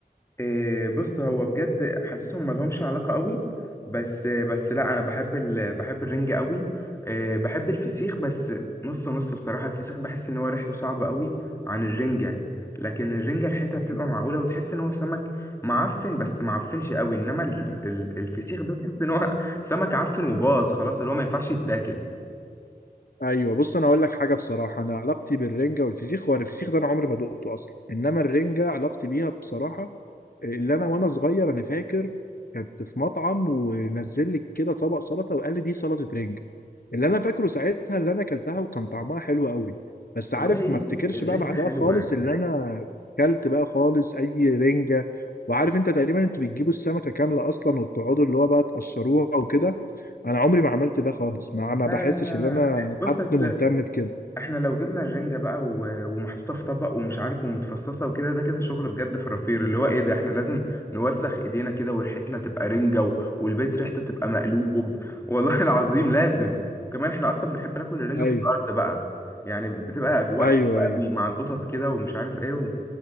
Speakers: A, on the left; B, on the left.
A: إيه بص هو بجد حاسسهم ملهمش علاقة قوي بس بس لا انا بحب ال... بحب الرنجة قوي إيه بحب الفسيخ بس نص نص بصراحة الفسيخ بحس ان هو ريحته صعبة قوي عن الرنجة لكن الرنجة ريحتها بتبقى
B: أيوة.
A: معقولة وتحس ان هو سمك معفن بس معفنش قوي انما ال... ال- الفسيخ ده تحس ان هو <laughs> سمك عفن وباظ خلاص اللي هو ما ينفعش يتاكل
B: ايوه بص انا اقول لك حاجه بصراحه انا علاقتي بالرنجه والفسيخ هو الفسيخ ده انا عمري ما دقته اصلا انما الرنجه علاقتي بيها بصراحه اللي انا وانا صغير انا فاكر كنت في مطعم ونزل لي كده طبق سلطه وقال لي دي سلطه رنج اللي انا فاكره ساعتها اللي انا اكلتها وكان طعمها حلو قوي بس عارف
A: والله
B: ما افتكرش
A: الرنجة
B: بقى بعدها
A: حلوة
B: خالص اللي انا اكلت بقى خالص اي رنجه وعارف انت تقريبا انتوا بتجيبوا السمكه كامله اصلا وبتقعدوا اللي هو بقى تقشروها وكده انا عمري ما عملت ده خالص ما ما
A: لا
B: بحسش
A: لا لا
B: ان
A: لا
B: انا
A: بص
B: حد
A: اصل
B: مهتم بكده
A: احنا لو جبنا الرنجة بقى و- ومحطوطة في طبق ومش عارف ومتفصصة وكده ده كده شغل بجد فرافير اللي هو ايه ده احنا لازم نوسخ ايدينا كده وريحتنا تبقى رنجة و- والبيت ريحته تبقى مقلوب والله <laughs> العظيم لازم كمان احنا اصلا بنحب ناكل الرنجة
B: ايوه
A: في الارض بقى يعني بتبقى اجواء
B: ايوه
A: حلوة
B: ايوه
A: قوي مع القطط كده ومش عارف ايه و...